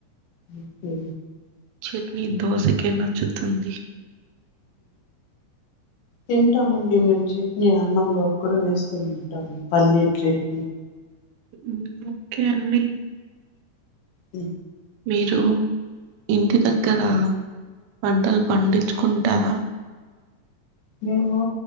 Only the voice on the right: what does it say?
చట్నీ దోస కే నచ్చుతుంది
ఉమ్ ఓకే అండి
మీరు ఇంటి దగ్గర పంటలు పండించుకుంటారా